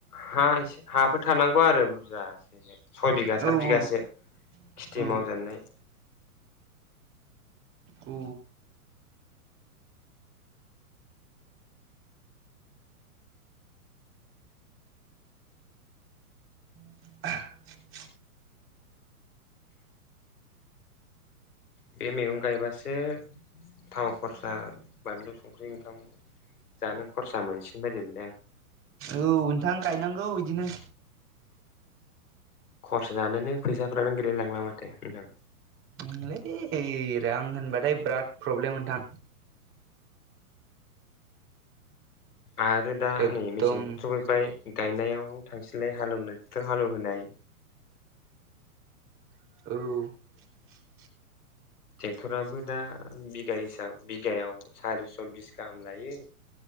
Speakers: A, on the left (about 80°); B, on the right (about 30°).
A: हा एसे हाफोर थानांगौ आरो बुरजा सय बिघा
B: औ
A: सात
B: औ
A: बिघासो खेथि
B: औ
A: मावजानाय
B: औ <inaudible>
A: बे मैगं गायबासो थाव खरसा बानलु संख्रि ओंखाम जानो खरसा मोनसिगोन बायदिमोनबाय आं
B: औ नोंथां गायनांगौ बिदिनो
A: खरसा जानोनो फैसाफ्रानो गैलायलांला माथो नोंथां
B: ओं लै दे- दे आं होनबाथाय बिराद प्रब्लेम नोंथां
A: आरो दा
B: एकदम
A: नै मेसें सफैबाय गायनायाव थांसैलाय हालेवनाय ट्रेक्टर' हालेवहोनाय
B: औ
A: ट्रेक्टराबो दा बिगा हिसाब बिगायाव सारिस' बिस गाहाम लायो।